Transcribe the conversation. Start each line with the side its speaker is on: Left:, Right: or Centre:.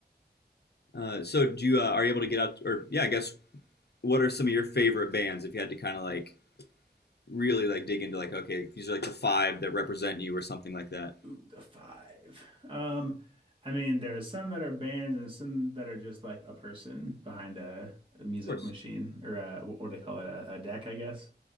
Left: Uh, so, do you uh, are you able to get out? Or yeah, I guess what are some of your favorite bands if you had to kind of like really like dig into like okay, these are like the five that represent you or something like that?
Right: Ooh, the five. Um, I mean, there are some that are bands and some that are just like a person behind a, a music
Left: Of course.
Right: machine or a, what do they call it? A, a deck, I guess.